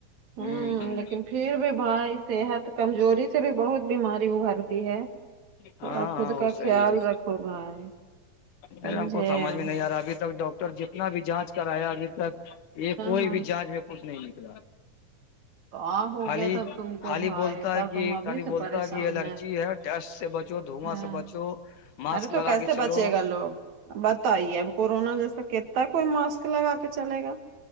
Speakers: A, on the right; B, on the left.
A: ہمم
B: ہوں ہ
A: لیکن پھر بھی بھائی صحت کمزور اس سے بھی بہت بیماری ابھرتی ہے تھوڑا
B: ہاں
A: خود
B: ہاں وہ
A: کا
B: صحیح
A: خیال
B: ہے
A: رکھو بھائی سمجھے
B: ارے ہم کو سمجھ
A: ہاں
B: میں نہیں آ رہا ابھی تک ڈاکٹر جتنا بھی جانچ کرایا ابھی تک یہ کوئی
A: ہاں
B: بھی جج میں کچھ نہیں نکلا
A: تو آ ہو
B: خالی
A: گیا تب تم کو
B: عاللی
A: بھائی
B: بولتا
A: تب
B: ہے کہ
A: تم ابھی
B: خالی
A: سے
B: بولتا
A: پریشان
B: ہے کہ الرجی ہے ٹیسٹ سے بچو دھواں
A: ہاں
B: سے بچو ماسک
A: ارے تو
B: لگا
A: کیسے
B: کے
A: بچے
B: چلو ہ
A: گا لوگ بتائیے اب کورونا جیسا کتتا ہے کوئی ماسک لگا کے چلے گا